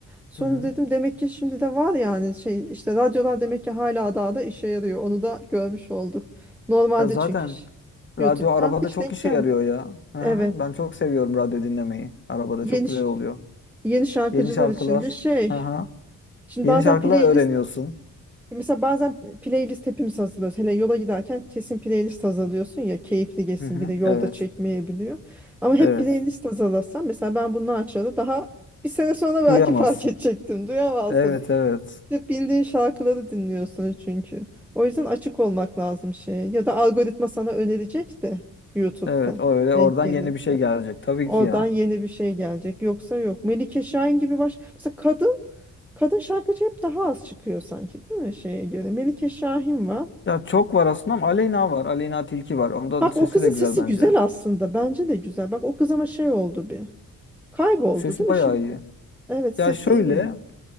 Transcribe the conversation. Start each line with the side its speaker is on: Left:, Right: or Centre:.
Centre: Sonra
Left: Hı hı.
Centre: dedim demek ki şimdi de var yani şey işte radyolar demek ki hala daha da işe yarıyor. Onu da görmş olduk. Normalde
Left: Ya zaten
Centre: çünkü ş- YouTube'dan
Left: radyo arabada
Centre: hiç
Left: çok
Centre: denk
Left: işe
Centre: gelmiyor.
Left: yarıyor ya. Hı
Centre: Evet.
Left: hı. Ben çok seviyorum radyo dinlemeyi. Arabada
Centre: Yeni
Left: çok güzel
Centre: ş-
Left: oluyor.
Centre: yeni şarkıcılar
Left: Yeni şarkılar.
Centre: için de şey.
Left: Hı hı.
Centre: Şimdi
Left: Yeni
Centre: bazen
Left: şarkılar
Centre: playlist
Left: öğreniyorsun.
Centre: Mesela bazen playlist hepimiz hazırlıyoruz. Hele yola giderken kesin playlist hazırlıyorsun ya keyifli geçsin
Left: Hı hı.
Centre: bir de yolda
Left: Evet.
Centre: çekmeyebiliyor. Ama hep
Left: Evet.
Centre: playlist hazırlasam mesela ben bunu açarı daha bir sene sonra belki
Left: Duyamazsın.
Centre: <laughs> fark edecektim. Duyamazdım.
Left: Evet evet.
Centre: Hep bildiğin şarkıları dinliyorsun çünkü. O yüzden açık olmak lazım şeye. Ya da algoritma sana önerecek de YouTube'da
Left: Evet o öyle oradan
Centre: denk gelirse.
Left: yeni bir şey gelecek tabii
Centre: Oradan
Left: ki ya.
Centre: yeni bir şey gelecek. Yoksa yok. Melike Şahin gibi baş... Mesela kadın kadın şarkıcı hep daha az çıkıyor sanki değil mi şeye göre? Melike Şahin var.
Left: Ya çok var aslında ama Aleyna var. Aleyna Tilki var. Ondan
Centre: Bak
Left: sesi
Centre: o kızın
Left: de güzel
Centre: sesi
Left: bence.
Centre: güzel aslında. Bence de güzel. Bak o kız ama şey oldu bir. Kayboldu
Left: Sesi
Centre: değil mi
Left: bayağı
Centre: şimdi?
Left: iyi.
Centre: Evet sesi
Left: Ya şöyle
Centre: iyi.